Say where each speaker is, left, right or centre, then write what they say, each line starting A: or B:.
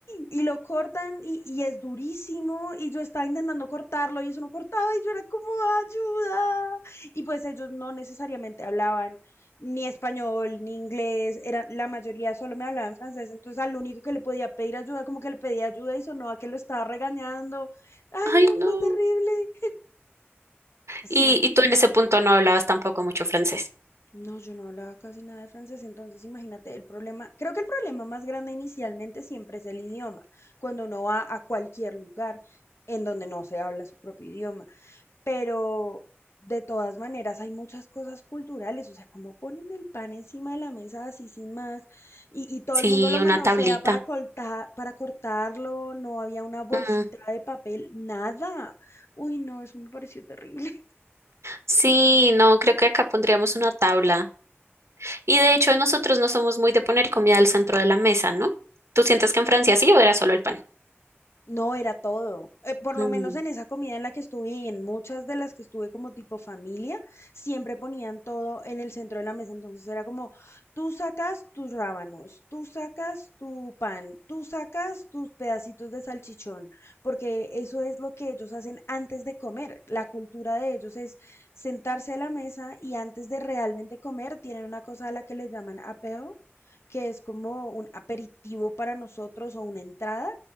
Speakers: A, on the left (about 75°); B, on the right (about 80°).
A: y lo cortan y, y es durísimo y yo estaba intentando cortarlo y eso no cortaba y yo era como ayuda. Y pues ellos no necesariamente hablaban ni español ni inglés, era, la mayoría solo me hablaba en francés, entonces al único que le podía pedir ayuda, como que le pedía ayuda y sonó a que lo estaba regañando. Ay,
B: Ay,
A: no, fue
B: no.
A: terrible. Sí,
B: Y, y tú en ese punto no hablabas tampoco mucho francés.
A: No, yo no hablaba casi nada de francés, entonces imagínate el problema. Creo que el problema más grande inicialmente siempre es el idioma, cuando uno va a cualquier lugar en donde no se habla su propio idioma. Pero de todas maneras hay muchas cosas culturales, o sea, como ponen el pan encima de la mesa así sin más y, y todo
B: Sí,
A: el mundo lo
B: una
A: manosea
B: tablita.
A: para cortar, para cortarlo, no había una bolsita
B: Mm,
A: de papel, nada. Uy, no, eso me pareció terrible.
B: Sí, no, creo que acá pondríamos una tabla. Y de hecho, nosotros no somos muy de poner comida al centro de la mesa, ¿no? ¿Tú sientes que en Francia sí o era solo el pan?
A: No, era todo. Eh, por lo
B: Mm.
A: menos en esa comida en la que estuve y en muchas de las que estuve como tipo familia, siempre ponían todo en el centro de la mesa. Entonces era como, tú sacas tus rábanos, tú sacas tu pan, tú sacas tus pedacitos de salchichón, porque eso es lo que ellos hacen antes de comer. La cultura de ellos es sentarse a la mesa y antes de realmente comer tienen una cosa a la que le llaman apeo, que es como un aperitivo para nosotros o una entrada